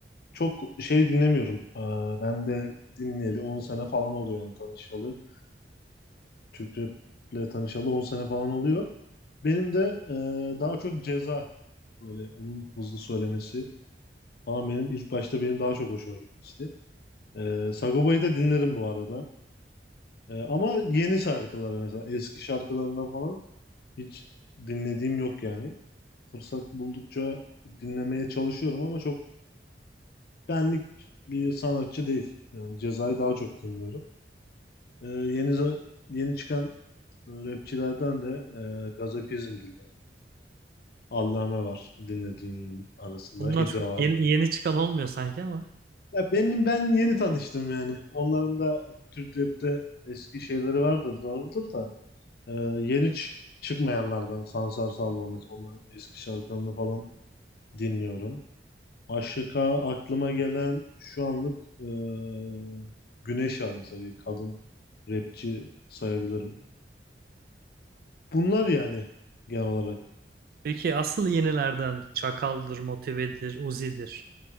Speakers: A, on the left (about 55°); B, on the right (about 55°).
A: çok şey dinlemiyorum. Ee, ben de dinleyeli 10 sene falan oluyor yani tanışalı. Türk raple tanışalı 10 sene falan oluyor. Benim de e, daha çok Ceza böyle onun hızlı söylemesi falan benim ilk başta benim daha çok hoşuma gitmişti. Ee, Sagopa'yı da dinlerim bu arada. Ee, ama yeni şarkıları mesela eski şarkılarından falan hiç dinlediğim yok yani. Fırsat buldukça dinlemeye çalışıyorum ama çok benlik bir sanatçı değil. Yani Ceza'yı daha çok dinliyorum. Ee, yeni za- yeni çıkan e, rapçilerden de e, Gazapizm dinlerim. Allame var dinlediğim arasında.
B: Bunlar
A: Hidra
B: çok
A: var.
B: yeni, yeni çıkan olmuyor sanki ama.
A: Ya benim ben yeni tanıştım yani. Onların da Türk rap'te eski şeyleri vardır doğrudur da. Ee, yeni çı- çıkmayanlardan Sansar Salvo mesela onun eski şarkılarını falan dinliyorum. Başka aklıma gelen şu anlık ee, Güneş var mesela bir kadın rapçi sayabilirim. Bunlar yani genel olarak.
B: Peki asıl yenilerden Çakal'dır, Motive'dir, Uzi'dir.